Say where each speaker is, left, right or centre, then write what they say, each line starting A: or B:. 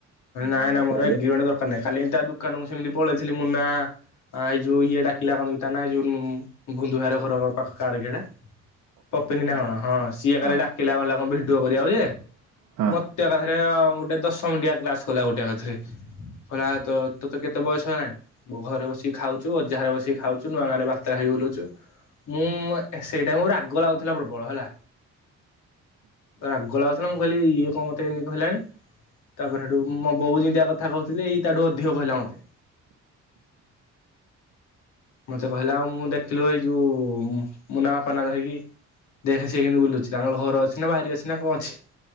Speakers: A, on the right (about 80°); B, on the left (about 80°).
A: ମୋ
B: ନାଇଁ
A: ହାତରେ
B: ନା ମୋର
A: ଏବେ
B: ଏଗ୍ରିମେଣ୍ଟ ଦ କାଲି ତା ଦୋକାନକୁ ସେମିତି ପଳେଇଥିଲି ମୁନା। ଆଁ ଏଇ ଯୋଉ ଇଏ ଡାକିଲା କଣକି ତା ନା ଯୋଉ ଭୁନ୍ଧୁ ଭାଇ ହର ଘର ପାଖ କାର ହେଟା। ପପିନି ନା କଣ ହଁ ସିଏ
A: ହଁ
B: କାଲି ଡାକିଲା କଣିଲ କଣ ଭିଡିଓ କରିବାକୁ ଯେ।
A: ହଁ
B: ମତେ ଏକାଥରେ ଗୋଟେ ଦଶମିନ୍ଟିଆ କ୍ଲାସ କଲା ଗୋଟେ ଏକାଥରେ। କହିଲା ତୋ ତୋତ କେତେ ବୟସ ହେଲାଣି? ମୋ ଘରେ ବସିକି ଖାଉଚୁ ଅଜାଘରେ ବସିକି ଖାଉଚୁ ନୂଆ ଗାଁରେ ବାତରା ହେଇ ବୁଲୁଚୁ। ମୁଁ ମ ସେଇଟା ମୁଁ ରାଗ ଲାଗୁଥିଲା ପ୍ରବଳ ହେଲା ରାଗ ଲାଗୁ ହେଲା ମୁଁ କହିଲି ଇଏ କଣ ମତେ ଏମିତି କହିଲାଣି ତାପରେ ସେଇଠୁ ମୋ ବୋଉ ଯେମିତିଆ କଥା କହୁଥିଲେ ଏଇ ତା ଠୁ ଅଧିକ କହିଲା ମତେ। ମତେ କହିଲା ଆଉ ମୁଁ ଦେଖିଲୁ ଏଇ ଯୋଉ ମୁନା ବାପା ନା ଧରିକି ଦେଖେ ସିଏ କେମିତି ବୁଲୁଛି ତାଙ୍କ ଘର ଅଛି ନା ବାରି ଅଛି ନା କଁ ଅଛି?